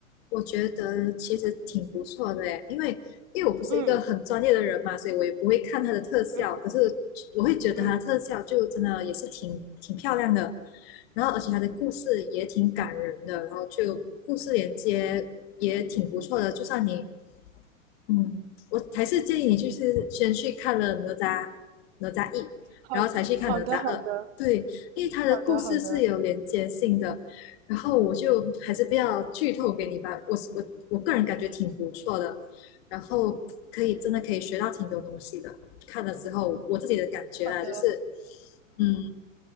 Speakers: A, on the left (about 50°); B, on the right (about 45°).
A: 我觉得其实挺不错的诶，因为因为我不是一个很专业的人嘛，
B: 嗯
A: 所以我也不会看它的特效，
B: 嗯
A: 可是我会觉得它的特效就真的也是挺挺漂亮的，
B: 嗯，
A: 然后而且它的故事也挺感人的，然后就故事连接也挺不错的，就算你嗯，我还是建议你就是先去看了哪吒哪吒一，
B: 好好的好的
A: 然后才去看哪吒二。对，因为它的故事是有连接性的。
B: 好的好的
A: 然后我就还是不要剧透给你吧，我我我个人感觉挺不错的，然后可以真的可以学到挺多东西的。看了之后，我自己的感觉啦，
B: 好的，
A: 就是嗯